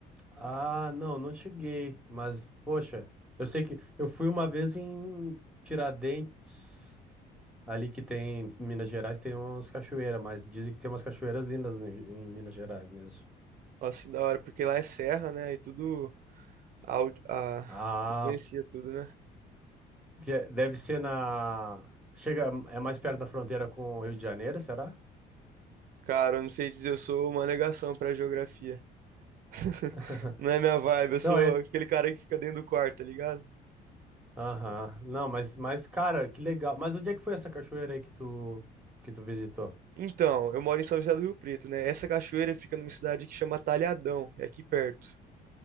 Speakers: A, in the centre; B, on the right.
A: Ah, não, não cheguei. Mas, poxa, eu sei que eu fui uma vez em Tiradentes, ali que tem, em Minas Gerais, tem umas cachoeiras, mas dizem que tem umas cachoeiras lindas em, em Minas Gerais mesmo.
B: Nossa, que da hora, porque lá é serra, né? E tudo au- a,
A: Ah,
B: influencia tudo, né?
A: que é- deve ser na. Chega, é mais perto da fronteira com o Rio de Janeiro, será?
B: Cara, eu não sei dizer, eu sou uma negação pra geografia. <laughs>
A: <laughs>
B: Não é minha vibe, eu sou
A: Não, é.
B: aquele cara que fica dentro do quarto, tá ligado?
A: Aham. Não, mas, mas, cara, que legal. Mas onde é que foi essa cachoeira aí que tu, que tu visitou?
B: Então, eu moro em São José do Rio Preto, né? Essa cachoeira fica numa cidade que chama Talhadão, é aqui perto.